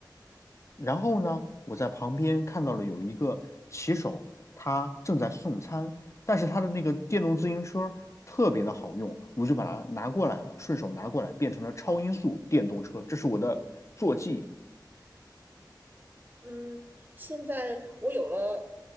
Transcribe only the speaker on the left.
然后呢，我在旁边看到了有一个骑手，他正在送餐，但是他的那个电动自行车特别的好用，我就把它拿过来了，顺手拿过来变成了超音速电动车，这是我的坐骑。